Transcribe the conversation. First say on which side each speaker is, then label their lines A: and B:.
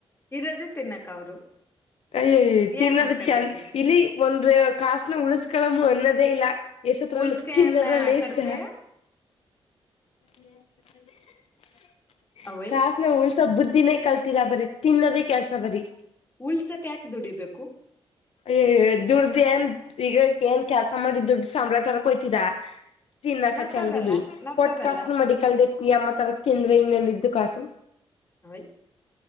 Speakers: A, on the left (about 20°); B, on the left (about 70°).
A: ಇರೋದೇ ತಿನ್ನಕ್ ಅವರು
B: ಅಯ್ಯ ತಿನ್ನದ
A: ಏನ್ ಮಾಡ್ಕೊಂಡೇರಿ
B: ಚಂದ ಇಲ್ಲಿ ಒಂದ್ರ ಕಾಸ್ನ ಉಳಸ್ಕಳಮ್ಮ ಅನ್ನದೇ ಇಲ್ಲ ಎಸತ್ರಲ್ಲ
A: ಉಳ್ಸ್ಕನ
B: ಚನ್ನದ್ರಲ್ಲ ಇಷ್ಟ
A: ಕಡ್ತೆ
B: ಎ
A: ಅವಯ್
B: ಕಾಸನ ಉಳ್ಸ ಬುದ್ಧಿನೇ ಕಲ್ತಿಲ್ಲ ಬರೀ ತಿನ್ನೋದೇ ಕೆಲ್ಸ ಬರರಿ
A: ಉಲ್ಸಕ್ಯಾಕೆ ದುಡಿಬೇಕು
B: ಏ ದುಡ್ದ ಏನ್ ಈಗ ಏನ್ ಕೆಲ್ಸ ಮಾಡಿ ದುಡ್್ದ ಸಂಬಳ ತರಕ್ ಹಯ್ತಿದ ತಿನ್ನಾಕ
A: ನಾ
B: ಚೆಂದಾಗಿ
A: ತರಲ್ಲ ನಾ
B: ಕೊಟ್ಟ
A: ತರಲ್ಲ
B: ಕಾಸಲು ಮಡಿಕಲ್ದ ಅಮ್ಮ ತರದ ತಿಂದ್ರ ಇನ್ನೆಲ್ಲ ಇದ್ದು ಕಾಸು
A: ಅವಯ